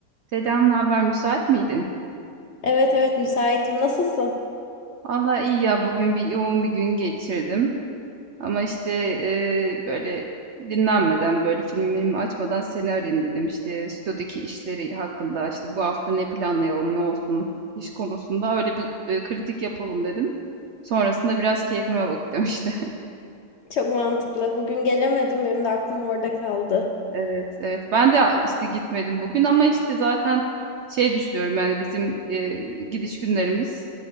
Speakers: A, on the right; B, on the left.
A: Selam, ne haber Müsait miydin?
B: Evet evet müsaitim. Nasılsın?
A: Vallahi iyi ya, bugün bir yoğun bir gün geçirdim. Ama işte eee, böyle dinlenmeden, böyle filmimi açmadan seni arayayım dedim. İşte stüdyodaki işleri hakkında, işte bu hafta ne planlayalım, ne olsun iş konusunda öyle bir e, kritik yapalım dedim. Sonrasında biraz keyfime bakacağım <laughs> işte.
B: Çok mantıklı. Bugün gelemedim. Benim de aklım orada kaldı.
A: Evet, evet. Ben de işte gitmedim bugün ama işte zaten şey düşünüyorum yani bizim e, gidiş günlerimiz